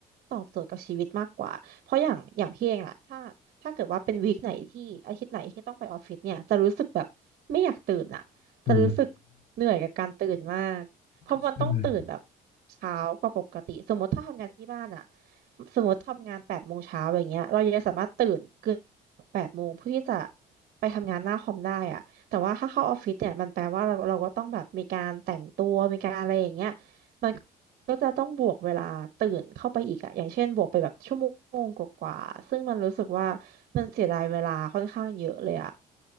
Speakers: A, on the right (about 60°); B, on the left (about 45°).
A: ตอบโจทย์กับชีวิตมากกว่าเพราะอย่างอย่างพี่เองอะถ้าถ้าเกิดว่าเป็นวีคไหนที่อาทิตย์ไหนที่ต้องไปออฟฟิศเนี่ยจะรู้สึกแบบไม่อยากตื่นอะจะรู้สึกเหนื่อยกับการตื่นมากเพราะมันต้องตื่นแบบ
B: อืมใช่
A: เช้ากว่าปกติสมมติถ้าทำงานที่บ้านอะสมมติทำงานแปดโมงเช้าอย่างเงี้ยเรายังจะสามารถตื่นเกือบแปดโมงเพื่อที่จะ ไปทำงานหน้าคอมได้อะแต่ว่าถ้าเข้าออฟฟิศเนี่ยมันแปลว่าเราเราก็ต้องแบบมีการแต่งตัวมีการอะไรอย่างเงี้ยมันก็จะต้องบวกเวลาตื่นเข้าไปอีกอะอย่างเช่นบวกไปแบบชั่วโมงกว่าๆซึ่งมันรู้สึกว่ามันเสียดายเวลาค่อนข้างเยอะเลยอะ